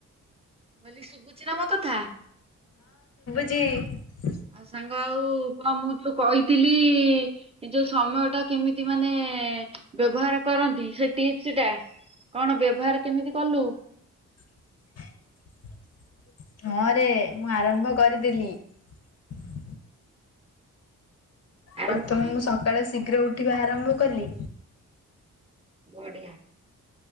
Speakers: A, on the right (about 20°); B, on the left (about 50°).
A: ଭ <unintelligible> ଶୁଭୁଛିି ନା ମୋ କଥା ।
B: ଯେ <inaudible>
A: ଆଉ ସାଙ୍ଗ ଆଉ କଣ ମୁଁ ତ କହିଥିଲି ଏ ଯୋଉ ସମୟ ଟା କେମିତି ମାନେ ବ୍ୟବହାର କରନ୍ତି ସେ ଟିପ୍ସ ଟା କଣ ବ୍ୟବହାର କେମିତି କଲୁ?
B: <inaudible> ହଁରେ ମୁଁ ଆରମ୍ଭ କରିଦେଲିି ।
A: ଆରମ୍ଭ
B: ପ୍ରଥମେ
A: କରିଛୁ
B: ମୁଁ ସକାଳେ ଶୀଘ୍ର ଉଠିବା ଆରମ୍ଭ କଲି।
A: ବଢ଼ିଆ।